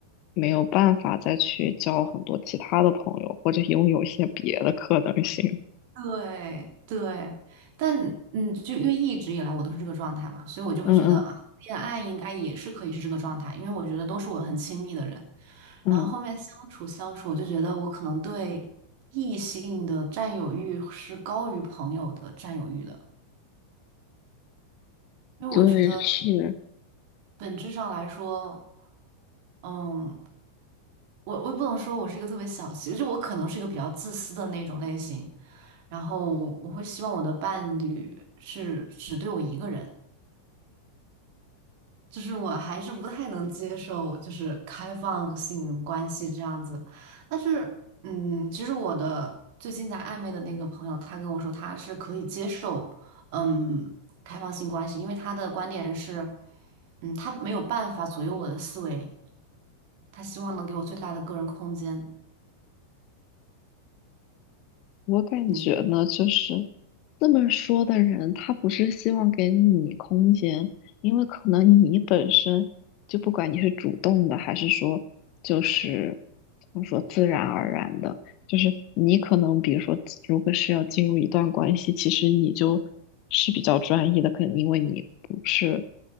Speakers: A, on the left (about 40°); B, on the right (about 45°).
A: 没有办法再去交很多其他的朋友，或者拥有一些别的可能性。
B: 对对，但嗯，就因为一直以来我都是这个状态嘛，所以我就会觉得啊，
A: 嗯嗯
B: 恋爱应该也是可以是这个状态，因为我觉得都是我很亲密的人，
A: 嗯，
B: 然后后面相处相处，我就觉得我可能对异性的占有欲是高于朋友的占有欲的，因为我觉得
A: 对，是。
B: 本质上来说，嗯，我我也不能说我是一个特别小气，就我可能是一个比较自私的那种类型，然后我会希望我的伴侣是只对我一个人。就是我还是不太能接受，就是开放性关系这样子。但是，嗯，其实我的最近在暧昧的那个朋友，他跟我说他是可以接受，嗯，开放性关系，因为他的观点是，嗯，他没有办法左右我的思维，他希望能给我最大的个人空间。
A: 我感觉呢，
B: 你
A: 就是这么说的人，他不是希望给你空间，因为可能你本身就不管你是主动的，还是说就是怎么说自然而然的，就是你可能比如说，如果是要进入一段关系，其实你就是比较专一的，可能因为你不是